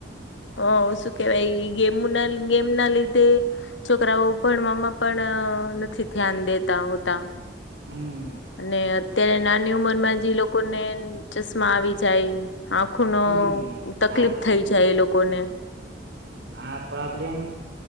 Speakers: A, on the left; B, on the right.
A: હ શું કેવાય ગેમ ના ગેમ ના લીધે છોકરાઓ ભણવામાં પણ નથી ધ્યાન દેતા હોતા
B: હમ
A: અને અત્યારે નાની ઉંમર માં જે લોકો ને ચશ્મા આવી જાય. આખો નો
B: હમ
A: તકલીફ
B: આ તો
A: થઈ જાય એ લોકોને
B: હા પ્રોબ્લેમ